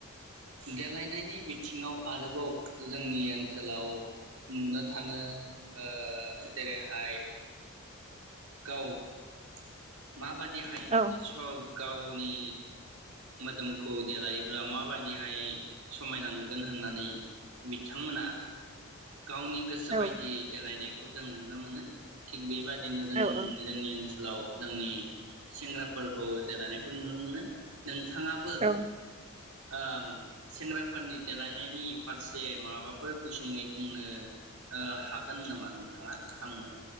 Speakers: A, on the right; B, on the right.
A: देलायनायनि बिथिङाव आरोबाव जोंनि ओनसोलाव नुनो थाङो ओ जेरैहाय गाउ <inaudible> माबादिहाय
B: औ
A: स गाव गावनि मोदोमखौ देलायोब्ला माबायदिहाय समायना नुगोन होननानै बिथांमोना गावनि गोसो
B: औ
A: बायदियै देलायनाय खौ जों नुनो मोनो थिग बेबाद बिदिनो जों
B: औ
A: जोंनि ओन ओनसोलाव जोंनि सेंग्राफोरखौ देलायनायखौ नुनो मोनो नों थाङाबो
B: औ
A: ओम सेंग्राफोरनि देलायनायनि फारसे माबाफोर गुसुङै बुंनो ओ हागोन नामा नोंथाङा आंनो